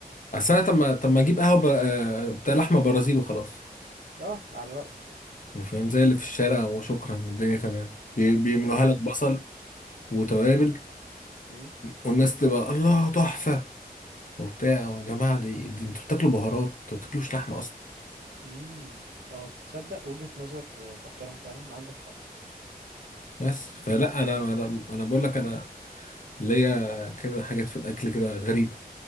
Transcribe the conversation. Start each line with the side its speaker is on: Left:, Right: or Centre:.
Left: اصل انا طب ما طب ما اجيب قهوه ب- آه، بتاع لحمه برازيل وخلاص
Right: اه على رأيك
Left: يعني فاهم زي اللي في الشارع وشكرا والدنيا تمام بي- بيعملوها
Right: امم
Left: لك بصل وتوابل
Right: امم
Left: والناس تبقى الله تحفه وبتاع يا جماعه دي, دي انتوا بتاكلوا بهارات انتوا ما بتاكلوش لحمه اصلا
Right: امم اه تصدق وجهة نظر آه، تحترم فعلا عندك حق
Left: بس فلا انا انا أنا بقول لك انا اللي هي كده حاجات في الاكل كده غريبه